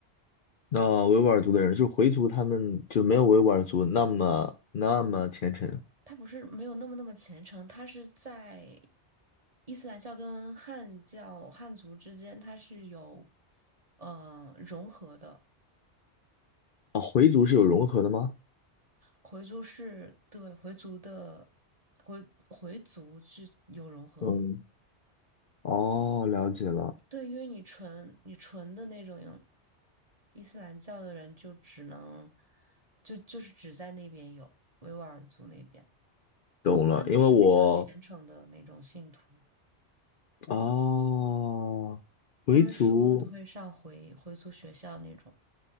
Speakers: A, on the left (about 55°); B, on the right (about 35°).
A: 那维吾尔族的人，就回族，他们就没有维吾尔族那么那么虔诚
B: 他不是没有那么那么虔诚，他是在伊斯兰教跟汉教汉族之间，他是有呃融合的。
A: 啊。回族是有融合的吗？
B: 回族是对回族的回回族是有融合的，
A: 嗯，哦，了解了。
B: 对因为你纯你纯的那种伊斯兰教的人，就只能就就是只在那边有维吾尔族那边，
A: 懂了，
B: 他们是非常虔诚的那种信徒，
A: 因为我哦，回族
B: 他们说的都会上回回族学校那种，